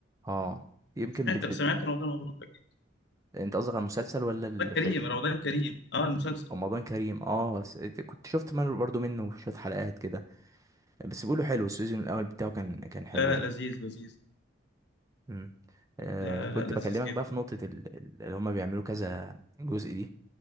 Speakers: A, on the right; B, on the left.
A: اه يمكن
B: سمعت
A: بت...
B: سمعت
A: بت...
B: رمضان مبروك أكيد
A: انت قصدك على المسلسل ولا الفيلم
B: رمضان كريم رمضان كريم اه المسلسل
A: رمضان كريم اه س- كنت شفت من برضو منه شويه حلقات كده بس بيقولوا حلو السيزون الاول بتاعه كان كان حلو
B: لا
A: يعني
B: لا لذيذ لذيذ
A: امم آه
B: لا
A: كنت
B: لا لا
A: بكلمك
B: لذيذ جدا
A: بقى في نقطه ال... ال- اللي هم بيعملوا كذا جزء دي